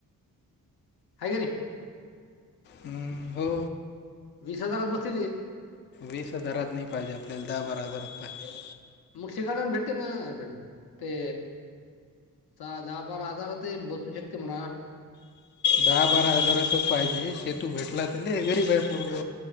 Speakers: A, on the left; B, on the left.
A: आहे क नी
B: हम्म हो
A: वीस हजारात बसती ते
B: वीस हजारात नाही पाहिजे आपल्याला दहा बारा हजारात पाहिजे.
A: मग शेकडून भेटते ना ते सहा, दहा, बारा हजार ते बसू शकते म्हणा.
B: दहा, बारा हजार तर पाहिजे सेतू भेटला त्या गरीब आहे परग